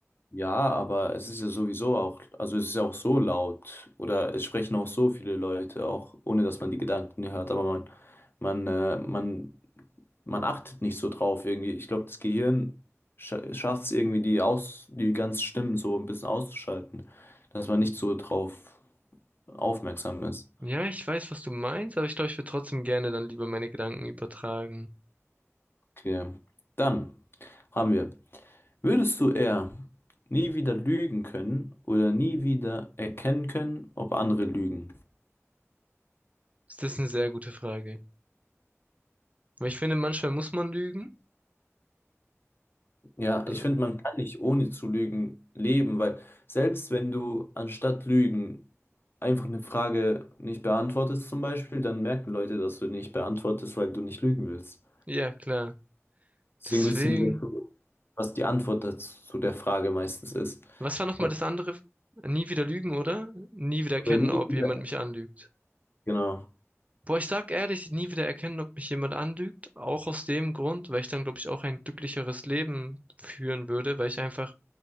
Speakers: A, on the left; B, on the right.
A: Ja, aber es ist ja sowieso auch, also es ist ja auch so laut oder es sprechen auch so viele Leute, auch ohne dass man die Gedanken hört, aber man, man, äh, man man achtet nicht so drauf irgendwie. Ich glaube, das Gehirn scha schafft es irgendwie, die aus, die ganzen Stimmen so ein bisschen auszuschalten, dass man nicht so drauf aufmerksam ist.
B: Ja, ich weiß, was du meinst, aber ich glaube, ich würde trotzdem gerne dann lieber meine Gedanken übertragen.
A: Okay. Dann haben wir, würdest du eher nie wieder lügen können oder nie wieder erkennen können, ob andere lügen?
B: Das ist eine sehr gute Frage. Weil ich finde, manchmal muss man lügen.
A: Ja,
B: Also
A: ich finde, man kann nicht ohne zu lügen leben, weil selbst wenn du anstatt lügen einfach eine Frage nicht beantwortest zum Beispiel, dann merken Leute, dass du nicht beantwortest, weil du nicht lügen willst.
B: Ja, klar.
A: Deswegen
B: Deswegen,
A: wissen die, dass du- was die Antwort dazu, zu der Frage meistens ist.
B: was war nochmal
A: Und
B: das andere? Nie wieder lügen, oder? Nie wieder erkennen,
A: oder nie
B: ob
A: wieder.
B: jemand mich anlügt.
A: Genau.
B: Boah, ich sag ehrlich, nie wieder erkennen, ob mich jemand anlügt. Auch aus dem Grund, weil ich dann, glaube ich, auch ein glücklicheres Leben führen würde, weil ich einfach